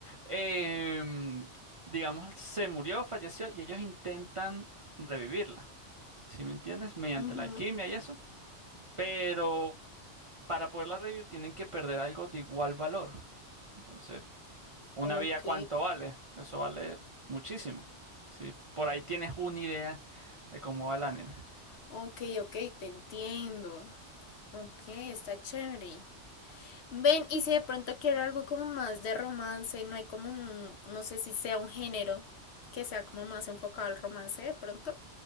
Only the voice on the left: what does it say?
Ujú.
Ok.
Ok, ok, te entiendo. Ok, está chévere. Ven, y si de pronto quiero algo como más de romance, no hay como un, no sé si sea un género que sea como más enfocado al romance de pronto.